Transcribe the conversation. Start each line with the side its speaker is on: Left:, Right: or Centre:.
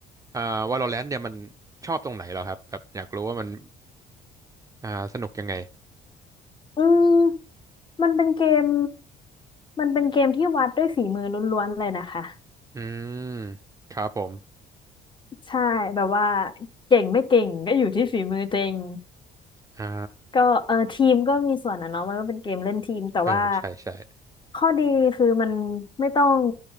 Right: อ่า Valorant เนี่ยมันชอบตรงไหนเหรอครับแบบอยากรู้ว่ามันอ่าสนุกยังไง
Left: อืมมันเป็นเกมมันเป็นเกมที่วัดด้วยฝีมือล้วนๆเลยนะคะ
Right: อืมครับผม
Left: ใช่แบบว่าเก่งไม่เก่งก็อยู่ที่ฝีมือตัวเอง
Right: อ่า
Left: ก็เออทีมก็มีส่วนอ่ะเนาะมันก็เป็นเกมเล่นทีมแต่ว่า
Right: เออใช่ใช่
Left: ข้อดีคือมันไม่ต้อง